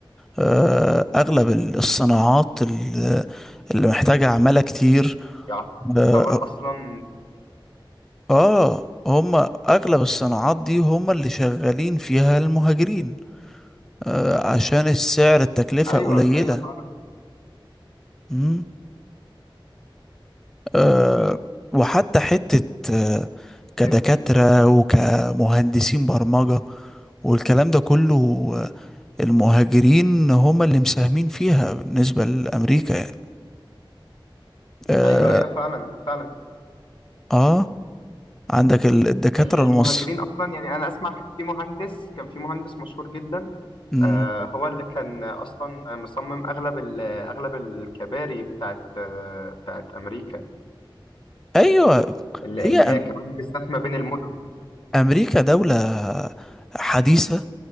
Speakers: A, in the centre; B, on the left.
A: آه، اغلب ال- الصناعات ال- اللي محتاجة عمالة كتير
B: يعتبر
A: اه
B: اصلا
A: آه، هم اغلب الصناعات دي هم اللي شغالين فيها المهاجرين آه، عشان السعر التكلفة
B: ايوه
A: قليلة
B: ايوه فعلا
A: مم. آه، وحتى حتة آه، كدكاترة
B: كتير
A: وكمهندسين برمجة والكلام ده كله آه، المهاجرين هم اللي مساهمين فيها بالنسبة لأمريكا يعني آه,
B: ايوه ايوه فعلا فعلا
A: آه عندك ال- الدكاترة
B: ال- المهاجرين
A: المصر
B: اصلا يعني انا اسمع كان في مهندس كان في مهندس مشهور جدا
A: مم.
B: آه، هو اللي كان اصلا مصمم اغلب ال- اغلب الكباري بتاعت آه، بتاعت امريكا
A: أيوة
B: اللي
A: هي
B: اللي هي
A: أم-
B: كمان بالذات ما بين المدن
A: أمريكا دولة حديثة